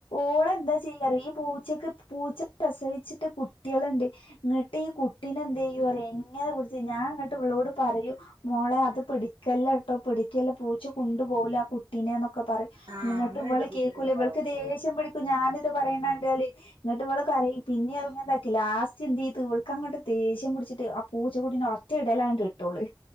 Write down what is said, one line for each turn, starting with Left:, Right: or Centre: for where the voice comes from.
Left: ഓളെന്താ ചെയ്യാറിയോ പൂച്ചക്ക് പൂച്ച പ്രസവിച്ച്ട്ട് കുട്ട്യേള്ണ്ട്. ങ്ങട്ട് ഈ കുട്ടിനെന്തേയ്യു അറ്യോ ഇങ്ങനെ പിട്ച്ച് ഞാങ്ങട്ട് വളോട് പറയും മോളെ അത്‌ പിടിക്കല്ലെ ട്ടൊ പിടിക്കല്ലെ പൂച്ച കൊണ്ടുപോവൂല ആ കുട്ടിനെ ന്നൊക്കെ പർ
Right: ആഹ്
Left: ന്നട്ട്
Right: അങ്ങനെണ്ട്
Left: വള്
Right: പൂച്ചക്ക്
Left: കേക്കൂല.
Right: സ്വഭാവം
Left: ഇവൾക്ക് ദേഷ്യം പിടിക്കും ഞാനിത് പറിണെ ണ്ടാല് ന്നട്ട് വള് കരയും. പിന്നിം അഹ് ക്കിലാസ്റ്റെയ്ത് ഇവൾക്കങ്ങട്ട് ദേഷ്യം പുട്ച്ചിട്ടെ ആ പൂച്ചകുട്ടിനെ ഒറ്റഇടലാണ്ട് ഇട്ടോള്.